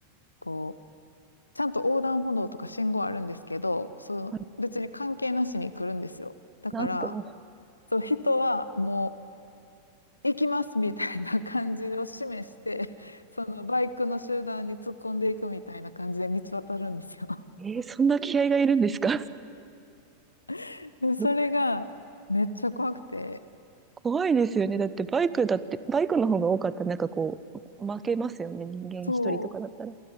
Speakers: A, on the left; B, on the right.
A: こう、ちゃんと横断歩道とか信号あるんですけど、そう、
B: はい。
A: 別に関係なしに来るんですよ。だから、
B: なんと、
A: そう、人はもう、行きますみたいな感じを示して、<laughs> そのバイクの集団に突っ込んでいくみたいな感じで道渡るんですよ。
B: えー、そんな気合がいるんですか
A: <laughs> で、それがめっちゃ怖くて、
B: <laughs> 怖いですよね。だってバイクだって、バイクの方が多かったらなんかこう、負けますよね。人間一人とかだったら。
A: そう。